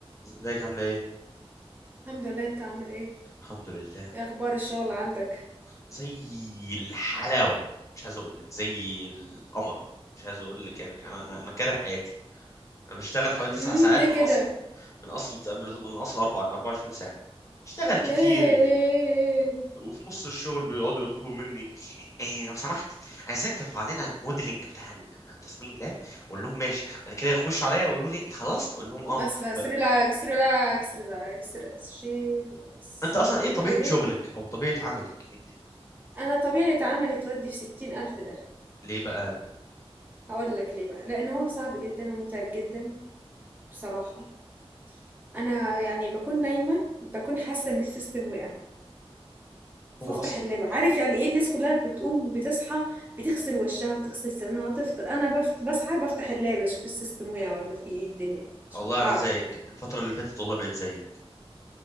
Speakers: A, on the left (about 30°); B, on the right (about 20°).
A: ازيك عامله ايه
B: الحمد لله انت عامل ايه
A: الحمد لله
B: ايه اخبار الشغل عندك
A: زي الحلاوه مش عايز اقول لك زي القمر مش عايز اقول لك يعني انا انا انا كاره حياتي انا بشتغل حوالي تسع
B: امم
A: ساعات
B: ليه
A: من
B: كده
A: اصل من اصل من اصل 4 24 ساعه اشتغل كتير
B: ليه ليه
A: وفي نص الشغل بيقعدوا يطلبوا مني إيه لو سمحت عايزك ترفع لنا الموديلنج بتاع التصميم ده واقول لهم ماشي بعد كده يخشوا عليا ويقولوا لي انت خلصت اقول لهم اه
B: بس بس
A: ف-
B: ريلاكس ريلاكس ريلاكس ريلاكس شي ريلاكس
A: انت اصلا ايه
B: اوكي
A: طبيعه شغلك او طبيعه عملك انت
B: انا طبيعة عملي تودي في ستين الف ده
A: ليه بقى
B: هقول لك ليه بقى لان هو صعب جدا ومتعب جدا بصراحة انا يعني بكون نايمة بكون حاسة ان السيستم وقع فافتح
A: هو
B: اللاب عارف يعني ايه الناس كلها بتقوم بتصحى بتغسل وشها وتغسل سنانها وتفطر انا بفت... بصحى بفتح اللاب اشوف السيستم وقع ولا في ايه الدنيا عشان
A: والله
B: اعرف
A: انا زيك الفتره اللي فاتت والله بقيت زيك